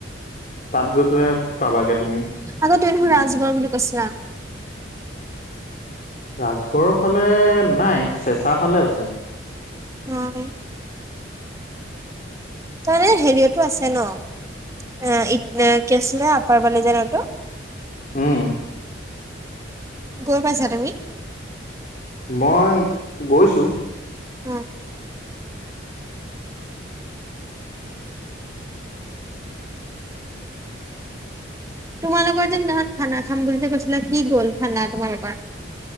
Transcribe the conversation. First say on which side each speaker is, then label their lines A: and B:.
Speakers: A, on the left; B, on the right.
A: তাত গৈ পেলাই পাবাগে তুমি।
B: আগতে দেখোন ৰাজগড় বুলি কৈছিলা।
A: ৰাজগড়ৰ ফালে নাই, চেচা ফালে আছে।
B: <inaudible> তাৰমানে হেৰিয়তো আছে ন। <unintelligible> কি আছিলে আপাৰ বালিজানৰটো?
A: উম।
B: গৈ পাইছা তুমি?
A: মই গৈছো।
B: উম। তোমালোকৰ যে সিদিনাখন খানা খাম বুলি যে কৈছিলা কি গ'ল খানা তোমালোকৰ?